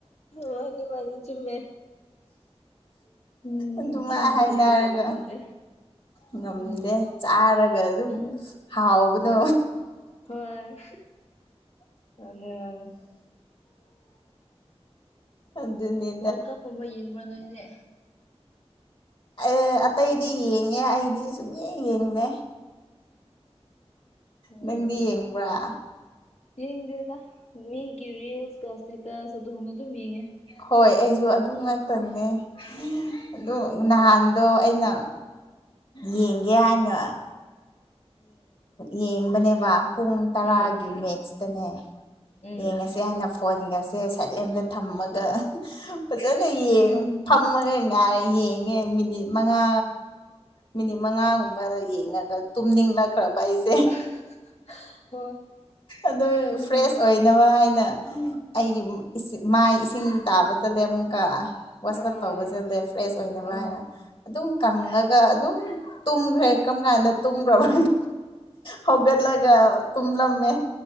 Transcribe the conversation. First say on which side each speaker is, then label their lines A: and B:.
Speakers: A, on the left; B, on the left.
A: ꯃꯥꯅꯤ ꯃꯥꯅꯤ ꯆꯨꯝꯃꯦ ꯎꯝ
B: ꯑꯗꯨꯃꯥꯏ
A: ꯆꯤꯟꯁꯦ
B: ꯍꯥꯏꯅꯔꯒ
A: ꯀꯣꯟꯇ꯭ꯔꯣꯜ ꯇꯧꯕ ꯉꯝꯗꯦ
B: ꯉꯝꯗꯦ
A: ꯎꯝ
B: ꯆꯥꯔꯒ ꯑꯗꯨꯝ
A: ꯎꯝ
B: ꯍꯥꯎꯕꯗ
A: ꯍꯣꯏ ꯑꯗꯨ
B: ꯑꯗꯨꯅꯤ
A: ꯋꯥꯔꯜ ꯀꯞꯀꯨꯝꯕ ꯌꯦꯡꯕ꯭ꯔꯥ ꯅꯣꯏꯗꯦ
B: ꯑꯦ ꯑꯇꯩꯗꯤ ꯌꯦꯡꯉꯦ ꯑꯩꯗꯤ ꯁꯨꯡꯌꯦꯡ ꯌꯦꯡꯗꯦ
A: ꯎꯝ
B: ꯅꯪꯗꯤ ꯌꯦꯡꯕ꯭ꯔꯥ
A: ꯌꯦꯡꯗꯦꯗ ꯃꯤꯒꯤ ꯔꯤꯜꯁꯀ ꯏꯁꯇꯦꯇꯁ ꯑꯗꯨꯒꯨꯝꯕ ꯑꯗꯨꯝ ꯌꯦꯡꯉꯦ
B: ꯍꯣꯏ ꯑꯩꯁꯨ ꯑꯗꯨ ꯉꯥꯛꯇꯅꯦ ꯑꯗꯨꯝ
A: ꯑꯥ
B: ꯅꯍꯥꯟ ꯑꯗꯣ ꯑꯩꯅ ꯌꯦꯡꯒꯦ ꯍꯥꯏꯅ ꯌꯦꯡꯕꯅꯦꯕ ꯄꯨꯡ ꯇꯔꯥꯒꯤ
A: ꯎꯝ
B: ꯃꯦꯠꯁꯇꯅꯦ
A: ꯎꯝ
B: ꯌꯦꯡꯉꯁꯦ ꯍꯥꯏꯅ ꯐꯣꯟꯒꯁꯦ ꯁꯥꯏꯠꯂꯦꯟꯗ ꯊꯝꯃꯒ ꯐꯖꯅ
A: ꯎꯝ
B: ꯐꯝꯃꯒ ꯉꯥꯏꯔ ꯌꯦꯡꯉꯦ ꯃꯤꯅꯤꯠ ꯃꯉꯥ
A: <inaudible>
B: ꯃꯤꯅꯤꯠ ꯃꯉꯥꯒꯨꯝꯕ ꯌꯦꯡꯉꯒ ꯇꯨꯝꯅꯤꯡꯂꯛꯈ꯭ꯔꯕ ꯑꯩꯁꯦ
A: <unintelligible>
B: ꯑꯗꯨ
A: ꯎꯝ
B: ꯐ꯭ꯔꯦꯁ ꯑꯣꯏꯅꯕ ꯍꯥꯏꯅ
A: ꯑꯥ
B: ꯑꯩꯒꯤ ꯁꯤꯡ ꯃꯥꯏ ꯏꯁꯤꯡ ꯇꯥꯕ ꯆꯠꯂꯦ ꯑꯃꯨꯛꯀ ꯋꯥꯁꯑꯞ
A: ꯑꯥ
B: ꯇꯧꯕꯁꯤꯠꯂꯦ ꯐ꯭ꯔꯦꯁ ꯑꯣꯏꯅꯕ
A: ꯑꯥ
B: ꯍꯥꯏꯅ ꯑꯗꯨꯝ ꯀꯪꯉꯒ ꯑꯗꯨꯝ ꯇꯨꯝꯈ꯭ꯔꯦ ꯀꯔꯝ ꯀꯥꯟꯗ ꯇꯨꯝꯈ꯭ꯔꯕ ꯍꯧꯒꯠꯂꯒ ꯇꯨꯝꯂꯝꯃꯦ